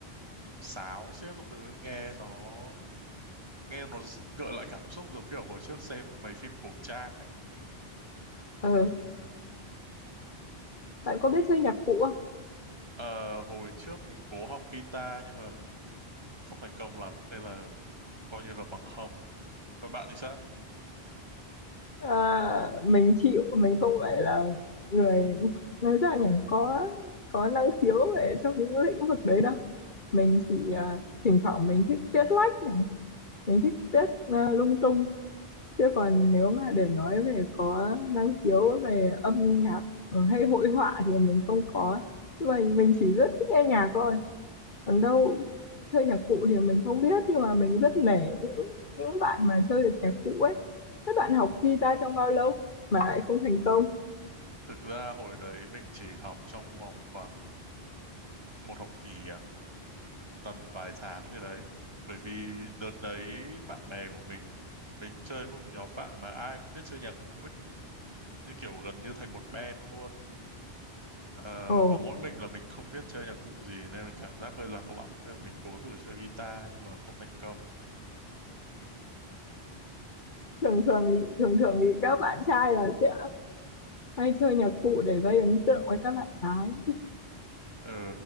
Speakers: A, on the right; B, on the left.
A: sáo xiếc các thứ nghe nó nghe nó gợi lại cảm xúc giống kiểu hồi trước xem mấy phim cổ trang ấy
B: Ờ, bạn có biết chơi nhạc cụ không?
A: ờ, hồi trước mình cố học guitar nhưng mà không thành công lắm nên là coi như là bằng không còn bạn thì sao
B: À, mình chịu, mình không phải là người nói ra nhỉ, có có năng khiếu về trong những lĩnh vực đấy đâu. Mình chỉ à, thỉnh thoảng mình thích viết lách này, mình thích viết à, lung tung. Chứ còn nếu mà để nói về có năng khiếu về âm nhạc ừ, hay hội họa thì mình không có. Nhưng mà mình chỉ rất thích nghe nhạc thôi.
A: ừ.
B: còn đâu chơi nhạc cụ thì mình không biết nhưng mà mình rất nể những những bạn mà chơi được nhạc cụ ấy các bạn học guitar trong bao lâu mà lại không thành công
A: thực ra hồi đấy mình chỉ học trong vòng khoảng một học kỳ à tầm vài tháng gì đấy bởi vì đợt đấy bạn bè của mình mình chơi với một nhóm bạn mà ai cũng biết chơi nhạc cụ ấy như kiểu gần như thành một band luôn Ờ,
B: ồ
A: có mỗi mình là mình không biết chơi nhạc cụ gì nên là cảm giác hơi lạc lõng nên là mình cố thử chơi guitar nhưng mà không thành công
B: thường thường thì, thường thường thì các bạn trai là sẽ hay chơi nhạc cụ để gây ấn tượng với các bạn gái
A: Ờ,